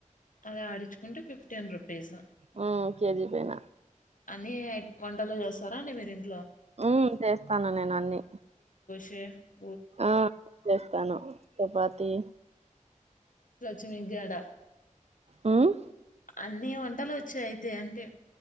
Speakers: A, on the left; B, on the right.
A: అది ఆడిచ్చుకుంటే ఫిఫ్టీన్ రుపీస్
B: మ్మ్ కేజీ పైన
A: అన్ని ఐ వంటలు చేస్తారా అండి మీరు ఇన్
B: ఊ చేస్తాను నేను అన్ని
A: తే
B: ఆ చేస్తాను చపాతి
A: చనిగ్గడ
B: మ్మ్
A: అన్నీ వంటలు వచ్చయితే అంటి